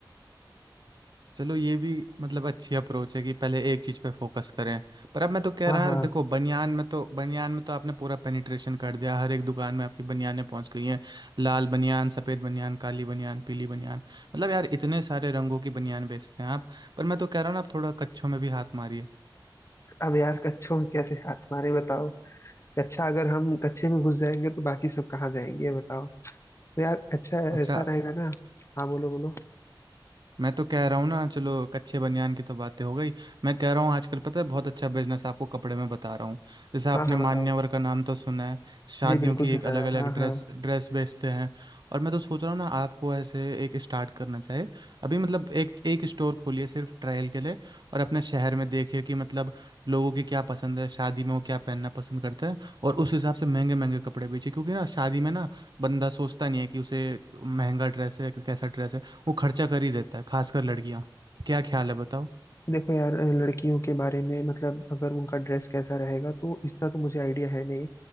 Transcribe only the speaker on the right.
चलो ये भी मतलब अच्छी अप्रोच है कि पहले एक चीज पे फोकस करें पर अब मैं तो कह
रहा हूँ
यार, देखो बनियान में तो बनियान में तो आपने पूरा पेनिट्रेशन कर दिया हर एक दुकान में आपकी बनियानें पहुंच गई हैं लाल बनियान सफ़ेद बनियान काली बनियान पीली बनियान मतलब यार इतने सारे रंगों की बनियान बेचते हैं आप पर मैं तो कह रहा हूँ ना आप थोड़ा कच्छों में भी हाथ मारिए
अच्छा
मैं तो कह रहा हूँ ना चलो कच्चे बनियान की तो बातें हो गई मैं कह रहा हूँ आजकल पता है बहुत अच्छा बिजनेस आपको कपड़े में बता रहा हूँ जैसे आपने
मान्यवर
का नाम तो सुना है शादियों
की
एक अलग
अलग
ड्रेस
ड्रेस बेचते हैं और मैं तो सोच रहा हूँ ना आपको ऐसे एक स्टार्ट करना चाहिए अभी मतलब एक एक स्टोर खोलिए सिर्फ ट्रायल के लिए और अपने शहर में देखिए कि मतलब लोगों की क्या पसंद है शादी में वो क्या पहनना पसंद करते हैं और उस हिसाब से महंगे महंगे कपड़े बेचिए क्योंकि ना शादी में ना बंदा सोचता नहीं है कि उसे महंगा ड्रेस है कैसा ड्रेस है वो खर्चा कर ही देता है खासकर लड़कियां तो क्या ख्याल है बताओ